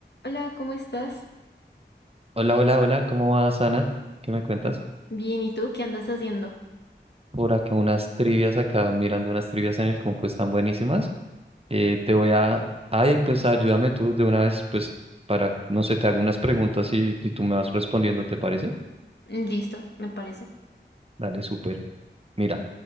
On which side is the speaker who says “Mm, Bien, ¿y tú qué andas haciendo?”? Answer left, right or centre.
Left